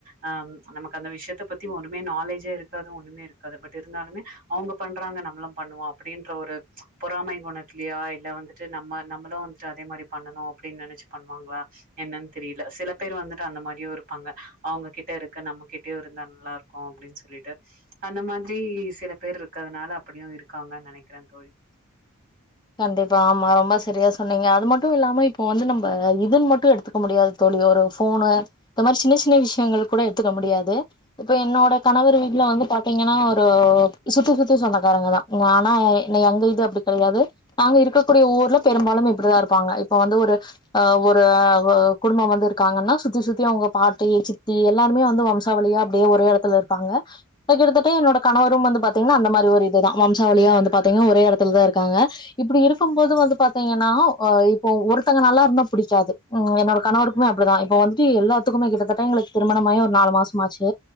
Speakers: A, on the right; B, on the left.
A: ஆ நமக்கு அந்த விஷயத்த பத்தி ஒனுமே நாலேஜே இருக்காது ஒண்ணுமே இருக் அது பட் இருந்தாலுமே அவுங்க பண்றாங்க நம்மளு பண்ணுவோ அப்டின்ற ஒரு பொறாம கொணத்லியா இல்ல வந்து ட்டு நம்ம நம்மளு வந்துட்டு அதே மாரி பண்ணனு அப்டின்னு நெனச்சு பண்ணுவாங்களா என்னன்னு தெரியில சில பேரு வந்துட் டு அந்த மாரியு இருப்பாங்க அவுங்ககிட்ட இருக்கு நம்மகிட்டயு இருந்தா நல்லா இருக்கு அப்டின்னு சொல்லிட்டு அந்த மாதிரி சில பேரு இருக்கதுனால அப்டியு இருக்காங்க நெனைக்கிறே தோழி
B: கண்டிப்பா ஆமா ரொம்ப சரியா சொன்னீங்க அது மட்டு இல்லாம இப்போ வந்து நம்ப இதுன்னு மட்டு எடுத்துக் க முடியாது தோழி ஒரு ஃபோனு இந்த மாரி சின்ன சின்ன விஷயங்கள் கூட எடுத்துக்க முடியாது இப்ப என்னோட கணவர் வீட்ல வந்து பாத்தீங்கனா ஒரு சுத்தி சுத்தி சொந்தக்காரங்கதா ஆனா என்ன எங்க வீட்ல அப்டி கெடையாது நாங்க இருக்கக்கூடிய ஊர்ல பெரும்பாலும் இப்படிதா இருப்பாங்க இப்ப வந்து ஒரு அ ஒரு குடும்பம் வந்து இருக்காங்கன்னா சுத்தி சுத்தி அவுங்க பாட்டி சித்தி எல்லாருமே வந்து வம் வம்சா வலியா அப்டியே ஒரே எடத்துல இருப்பாங்க இப்ப கிட்டத்தட்ட என்னோட கணவரு வந்து பாத்தீங்னா அந்த மாரி ஒரு இதுதா வம்சாவலியா வந்து பாத்தீங்னா ஒரே எடத்துலதா இருக்காங்க இப்டி இருக்கும் போது வந்து பாத்தீங்கன்னா அ இப்போ ஒருத்தங்க நல்லா இருந்தா புடிக்காது ம் என்னோட கணவர் அப்டிதா இப்போ வந்துட்டு எல்லாத்துக்குமே கிட்டதட்ட எங்களுக்கு திருமணமாயி ஒரு நாலு மாசமாச்சு